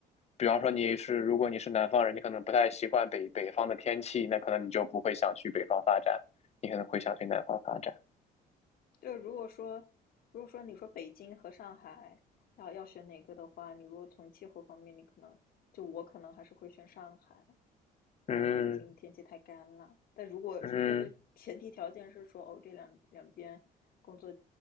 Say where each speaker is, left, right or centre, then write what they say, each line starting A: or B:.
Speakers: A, on the left (about 40°); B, on the left (about 60°).
A: 比方说你是，如果你是南方人，你可能不太习惯北北方的天气，那可能你就不会想去北方发展，你可能会想去南方发展。
B: 对，如果说如果说你说北京和上海要要选哪个的话，你如果从气候方面，你可能就我可能还是会选上海，因为北京天气太干了。
A: 嗯
B: 但如果就是前提条件是说，
A: 嗯
B: 哦，这两两边工作